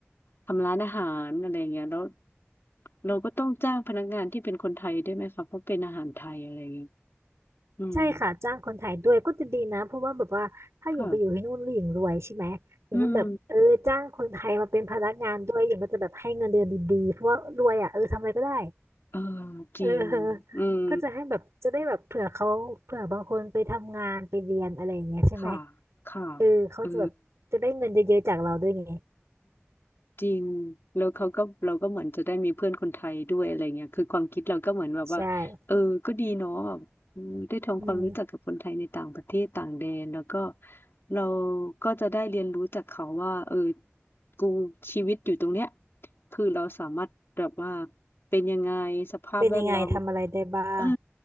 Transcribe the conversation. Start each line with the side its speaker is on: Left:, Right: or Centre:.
Left: ทำร้านอาหารอะไรเงี้ยแล้วเราก็ต้องจ้างพนักงานที่เป็นคนไทยด้วยไหมคะเพราะเป็นอาหารไทยอะไรเงี้ยอืม
Right: ใช่ค่ะจ้างคนไทยด้วยก็จะดีนะเพราะว่าแบบว่าถ้าหญิงไปอยู่ที่นู่นแล้วหญิงรวยใช่ไหมอย่างนั้นแบบเออจ้างคนไทยมาเป็นพนักงานด้วยหญิงก็จะแบบให้เงินเดือนดีๆเพราะว่ารวยอ่ะเออทำอะไรก็ได้
Left: ค่ะอืมเออ
Right: เออก็จะให้แบบจะได้แบบเผื่อเขาเผื่อบางคนไปทำงานไปเรียนอะไรอย่างเงี้ยใช่ไหม
Left: จริงอืมค่ะค่ะ
Right: เออเขาจะแบบจะได้เงินเยอะๆจากเราด้วยไง
Left: เออ จริงแล้วเขาก็เราก็เหมือนจะได้มีเพื่อนคนไทยด้วยอะไรเงี้ยคือความคิดเราก็เหมือนแบบว่าเออก็ดีเนาะแบบอืมได้ทำความรู้จักกับคนไทยในต่างประเทศต่างแดนแล้วก็
Right: ใช่อืม
Left: เราก็จะได้เรียนรู้จากเขาว่าเออกูชีวิตอยู่ตรงเนี้ยคือเราสามารถแบบว่าเป็นยังไงสภาพแวดล้อม
Right: เป็นยังไงทำอะไรได้บ้าง
Left: อา